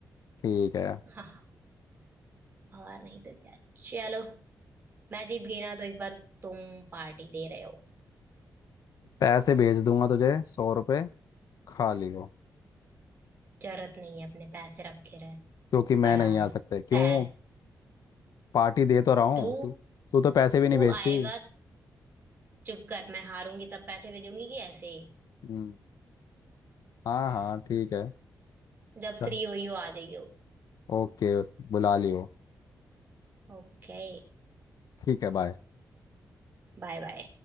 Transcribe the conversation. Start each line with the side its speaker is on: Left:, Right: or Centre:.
Left: ठीक है
Right: हाँ और नहीं तो क्या चलो मैं जीत गई ना तो इस बार तुम पार्टी दे रहे हो
Left: पैसे भेज दूंगा तुझे सौ रुपये खा लियो
Right: जरूरत नहीं है अपने पैसे रखे रहे
Left: क्योंकि मैं
Right: बड़ा
Left: नहीं
Right: आया
Left: आ सकता क्यों
Right: पैस
Left: पार्टी दे तो रहा हूँ
Right: तू
Left: तू तू तो पैसे भी नहीं
Right: तू
Left: भेजती
Right: आएगा चुप कर मैं हारूंगी तब पैसे भेजूंगी कि ऐसे ही।
Left: हम्म हाँ
Right: हाँ
Left: हाँ ठीक है
Right: जब
Left: चल
Right: फ्री हुई हो आ जाइयो
Left: ओके बुला लियो
Right: ओके
Left: ठीक है बाय
Right: Bye bye